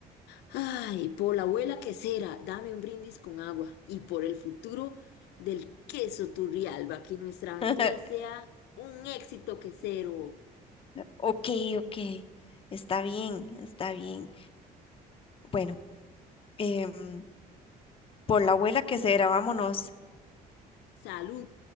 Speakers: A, on the left; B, on the left.
A: Ay, por la abuela quesera, dame un brindis con agua y por el futuro del queso Turrialba, que nuestra aventura
B: <laughs>
A: sea un éxito quesero.
B: Ok, ok. Está bien, está bien. Bueno, em, por la abuela que será, vámonos.
A: Salud.